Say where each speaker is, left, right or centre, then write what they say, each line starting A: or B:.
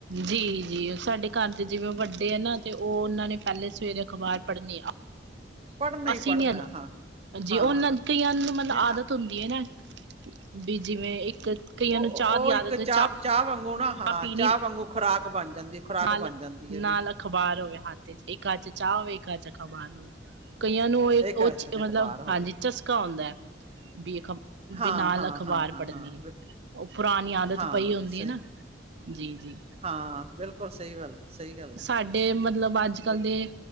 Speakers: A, on the right; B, on the right.
A: ਜੀ-ਜੀ, ਉਹ ਸਾਡੇ ਘਰ ਦੇ ਜਿਵੇਂ ਵੱਡੇ ਆ ਨਾ ਤੇ, ਉਹ ਉਹਨਾਂ ਨੇ ਪਹਿਲੇ ਸਵੇਰੇ ਅਖਬਾਰ ਪੜ੍ਹਨੀ
B: ਪੜ੍ਹਨਾ ਹੀ
A: ਅਸੀਂ
B: ਪੜ੍ਹਨਾ
A: ਨੀ ਹੈਨ,
B: ਹਾਂ।
A: ਜੀ
B: ਹਾਂ
A: ਉਹਨਾਂ ਕਈਆਂ ਨ ਮਤਲਬ
B: ਨਹੀਂ
A: ਆਦਤ
B: ਆ,
A: ਹੁੰਦੀ ਹੈਨਾ। ਬੀ ਜਿਵੇਂ, ਇੱਕ ਕਈਆਂ
B: ਉਹ,
A: ਨੂੰ
B: ਉਹ
A: ਚਾਹ ਦੀ
B: ਇੱਕ
A: ਆਦਤ
B: ਚਾਹ-ਚਾਹ
A: ਚਾਹ
B: ਵਾਂਗੂ ਨਾ, ਹਾਂ,
A: ਪੀਣੀ
B: ਚਾਹ ਵਾਂਗੂ ਖੁਰਾਕ ਬਣ ਜਾਂਦੀ। ਖੁਰਾਕ
A: ਨਾਲ,
B: ਬਣ ਜਾਂਦੀ ਹੈ
A: ਨਾਲ
B: ਵੀ।
A: ਅਖ਼ਬਾਰ ਹੋਵੇ ਹੱਥ'ਚ, ਇੱਕ ਹੱਥ'ਚ ਚਾਹ ਹੋਵੇ, ਇੱਕ ਹੱ ਚ ਅਖ਼ਬਾਰ ਹੋਵੇ। ਕਈਆਂ ਨੂੰ ਇਹ,
B: ਇੱਕ
A: ਉਹ'ਚ
B: ਅਸਤ ਚ ਅਖ਼ਬਾਰ
A: ਮਤਲਬ,
B: ਹੋਵੇ
A: ਹਾਂਜੀ ਚਸਕਾ ਹੁੰਦਾ ਹੈ। ਬੀ
B: ਹਾਂ
A: ਬੀ ਨਾਲ
B: ਹਾਂ
A: ਅਖ਼ਬਾਰ
B: ਹਾਂ ਹਾਂ
A: ਪੜ੍ਹਨੀ
B: ਹਾਂ।
A: ਏ। ਉਹ ਪੁਰਾਣੀ ਆਦਤ
B: ਹਾਂ
A: ਪਈ ਹੁੰਦੀ
B: ਸਹੀ
A: ਹੈ ਨਾ, ਜੀ-ਜੀ।
B: ਹਾਂ, ਬਿਲਕੁਲ ਸਹੀ ਗੱਲ। ਸਹੀ ਗੱਲ ਹੈ
A: ਸਾਡੇ ਮਤਲਬ, ਅੱਜ-ਕੱਲ
B: ਬਿਲਕੁਲ
A: ਦੇ